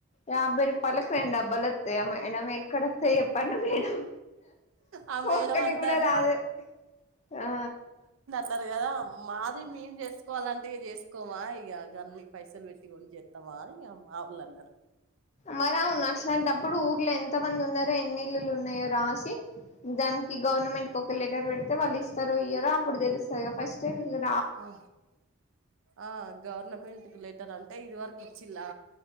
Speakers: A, on the left; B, on the right.
A: యాభై రూపాయలకి రెండు డబ్బాలు వత్తాయి <inaudible> ఎక్కడొత్తాయో చెప్పండి మేడం
B: ఆ మేడం
A: ఒక్కటి
B: అంటాంది
A: కూడా రాదు ఆ
B: త్వరగా రా మాది మేమ్ చేస్ కోవాలి అంటే ఇగ చేస్కోవా ఇక గన్ని పైసలు పెట్టి కొని జేత్తావా అని మా వాళ్ళు అన్నారు
A: మరి అవును అట్లాంటప్పుడు ఊర్లో ఎంత మంది ఉన్నారో ఎన్ని ఇల్లులు ఉన్నాయో రాసి దానికి గవర్నమెంట్కి ఒక లెటర్ పెడితే వాళ్ళు ఇస్తారో ఇయ్యరో అప్పుడు తెలుస్తది గా ఫస్టెమీ ఇయ్యరు
B: ఆ ఆ గవర్నమెంట్కి లె టరంటా ఇది వరకు ఇచ్చిలా